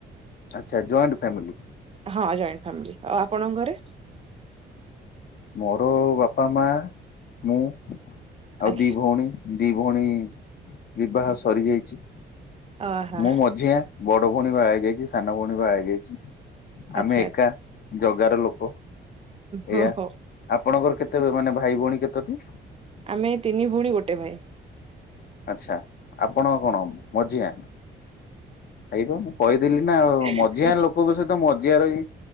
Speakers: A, on the left (about 50°); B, on the right (about 30°).
A: ଆଚ୍ଛା ଜଏଣ୍ଟ ଫ୍ୟମିଲି?
B: ହଁ ଜଏଣ୍ଟ ଫ୍ୟାମିଲି ଆଉ ଆପଣଙ୍କ ଘରେ?
A: ମୋର ବାପା ମା ମୁଁ ଆଉ
B: ଆଜ୍ଞା
A: ଦି ଭଉଣୀ। ଦି ଭଉଣୀ ବିବାହ ସରିଯାଇଚି
B: ଅହୋ
A: ମୁଁ ମଝିଆ ବଡ ଭଉଣୀ ବା ହେଇଯାଇଚି ସାନ ଭଉଣୀ ବା ହେଇଯାଇଚି
B: ଆଚ୍ଛା
A: ଆମେ ଏକା ଜଗାର ଲୋକ।
B: ହୋ
A: ଏଇଆ
B: ହଉ
A: ଆପଣଙ୍କର କେତେ ବେ ମାନେ ଭାଇ ଭଉଣୀ କେତୋଟି?
B: ଆମେ ତିନି ଭଉଣୀ ଗୋଟେ ଭାଇ।
A: ଆଛା। ଆପଣ କଣ ମଝିଆ ଖାଇବ ମୁଁ କହିଦେଲିି ନା ଆଉ
B: ହଁ
A: ମଝିଆ ଲୋକ ଙ୍କ ସହିତ ମଜିଆ ରହି